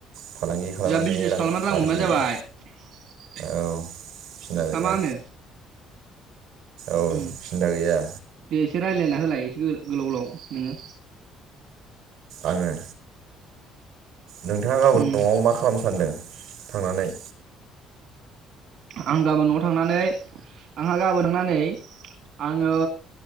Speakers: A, on the right; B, on the right.
A: फालांगि खालामनानै
B: जोंहा बिजनेस खालामनानै रां
A: आरजिनांगौ
B: मोनबानो जाबाय।
A: औ सिन्था गैया
B: नामा होनो? <inaudible>
A: औ
B: उम
A: सिन्था गैया।
B: दे एसे रायलायना होलाय इसे गो-गोलाव गोलाव नोङो।
A: आङो नोंथाङा गाबोन
B: उम
A: न'आव मा खालामनो सानदों? थांनानै
B: आं गाबोन न'आव थांनानै आंहा गाबोन थांनानै आं ओ